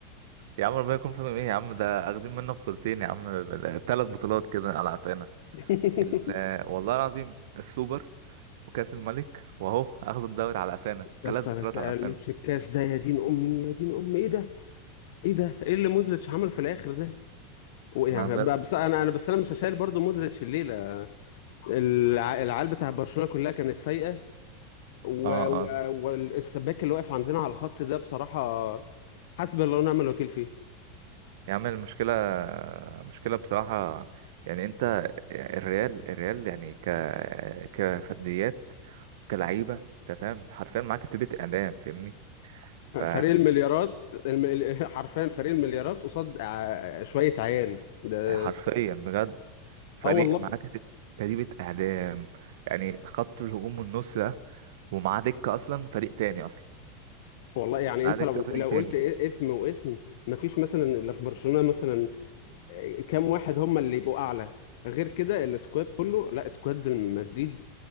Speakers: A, on the right; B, on the left.
A: يا عم ربنا يكون في عونهم. ايه يا عم ده اخدين منا بطولتين يا عم ثلاث بطولات كده على قفانا
B: <laughs>
A: ال- والله العظيم السوبر وكأس الملك واهو اخد الدوري على قفانا
B: يا
A: ثلاث
B: اسطى
A: بطولات
B: الماتش
A: على قفانا
B: الكاس ده يا دين امي يا دين امي ايه ده ايه ده ايه اللي مودريتش عمله في الاخر ده و- يعني
A: انا بجد
B: ب- بس انا انا بس انا مش هشايل برضه مودريتش الليله الع- العيال بتاع برشلونة كلها كانت فايقة و-
A: اه
B: و-
A: اه
B: والسباك اللي واقف عندنا على الخط ده بصراحة حسبي الله ونعم الوكيل فيه
A: يا عم المشكله مشكله بصراحه يعني انت الريال الريال يعني ك كفرديات كلعيبه انت فاهم حرفيا معاك كتيبه اعدام فاهمني ف
B: فريق المليارات الم... ال- <laughs> حرفيا فريق المليارات قصاد ع- شوية عيال ده
A: حرفيا بجد فريق
B: اه والله
A: معاك كت- كتيبه اعدام يعني خط الهجوم والنص ده ومعاه دكه اصلا فريق تاني اصلا
B: والله يعني
A: معاه
B: انت
A: دكه
B: لو
A: فريق
B: لو
A: تاني
B: قلت إيه- اسم واسم مفيش مثلا الا في برشلونة مثلا آه، كام واحد هم اللي يبقوا اعلى غير كده السكواد كله لا سكواد مدريد